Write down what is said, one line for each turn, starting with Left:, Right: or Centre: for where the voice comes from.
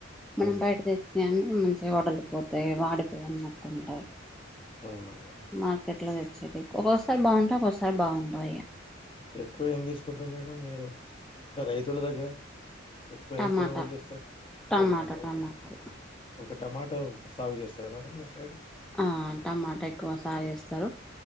Left: అవునా
Centre: మనం బయట
Left: మేడం?
Centre: తెచ్చిన అన్ని మంచిగా వడలిపోతాయి వాడిపోయి ఉన్నట్టు ఉంటాయి
Left: అవునా మేడం
Centre: మార్కెట్ లో తెచ్చేటి వి ఒక్కోసారి బాగుంటే ఒక్కోసారి బాగుండా అయ్యా
Left: ఎక్కువ ఏం తీసుకుంటారు మేడం మీరు అంటే రైతుల దగ్గర ఎక్కువ
Centre: టమాటా
Left: ఏం కొనుగోలు చేస్తారు
Centre: టమాటా
Left: టమాటో
Centre: టమాటాలు
Left: ఒకటి టమాటో సాగు చేస్తారా మేడం మీ సైడ్
Centre: ఆ టమాటా ఎక్కువ సాగిస్తారు